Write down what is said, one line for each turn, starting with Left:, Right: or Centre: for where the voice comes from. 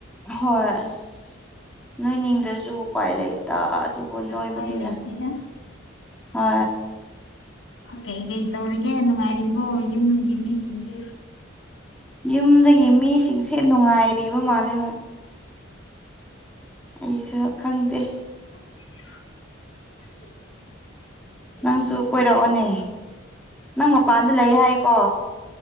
Centre: ꯍꯣꯏ ꯑꯁ ꯅꯣꯏꯅꯤꯡꯗ꯭ꯔꯁꯨ ꯎꯄꯥꯏ ꯂꯩꯇ ꯑꯗꯨꯕꯨ ꯅꯣꯏꯕꯅꯤꯅ
Left: ꯎꯄꯥꯏ ꯂꯩꯇꯦꯗ
Centre: ꯑ
Left: ꯀꯩꯀꯩ ꯇꯧꯔꯤꯒꯦ ꯅꯨꯡꯉꯥꯏꯔꯤꯕꯣ ꯌꯨꯝꯒꯤ ꯃꯤꯁꯤꯡꯗꯤ
Centre: ꯌꯨꯝꯗꯒꯤ ꯃꯤꯁꯤꯡꯁꯦ ꯅꯨꯡꯉꯥꯏꯔꯤꯕ ꯃꯥꯜꯂꯦ ꯍꯣꯏ ꯑꯩꯁꯨ ꯈꯪꯗꯦ
Left: <unintelligible>
Centre: ꯅꯪꯁꯨ ꯀꯣꯏꯔꯛꯑꯣꯅꯦ ꯅꯪ ꯃꯄꯥꯟꯗ ꯂꯩ ꯍꯥꯏꯌꯦꯀꯣ